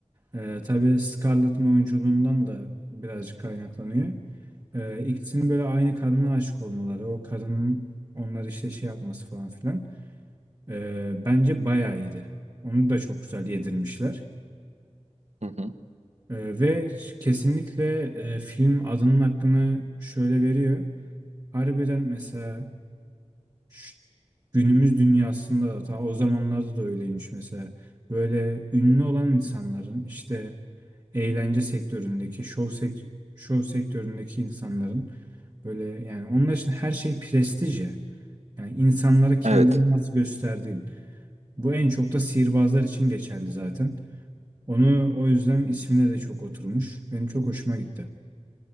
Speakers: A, on the right; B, on the right.
A: e, tabii Scarlett'ın oyunculuğundan da birazcık kaynaklanıyor. E, ikisinin böyle aynı kadına aşık olmaları, o kadının onları işte şey yapması falan filan. E, bence bayağı iyiydi. Onu da çok güzel yedirmişler.
B: Hı hı.
A: Ee, ve kesinlikle e, film adının hakkını şöyle veriyor. Harbiden mesela ş- günümüz dünyasında da ta o zamanlarda da öyleymiş mesela. Böyle ünlü olan insanların işte eğlence sektöründeki, şov, sek şov sektöründeki insanların böyle yani onlar için her şey prestij ya. Yani insanlara kendini
B: Evet.
A: nasıl gösterdiğin. Bu en çok da sihirbazlar için geçerli zaten. Onu o yüzden ismine de çok oturmuş. Benim çok hoşuma gitti.